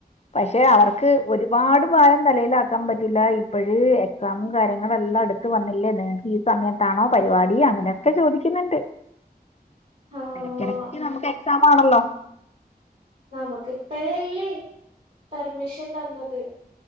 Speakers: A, on the left; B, on the right.
A: പക്ഷെ അവർക്ക് ഒരുപാട് ഭാരം തലേലാക്കാൻ പറ്റില്ല ഇപ്പഴ് എക്സാമും കാര്യങ്ങളെല്ലാം അടുത്ത് വന്നില്ലേ നിങ്ങൾക്ക് ഇ സമയത്താണോ പരിപാടി അങ്ങനെ ക്കെ ചോദിക്കുന്നുണ്ട്
B: ആഹ്
A: എടക്കടക്ക് നമ്മക്ക് എക്സാം ആണല്ലോ
B: നമുക്ക് ഇപ്പഴല്ലേ പെർമിഷൻ തന്നത്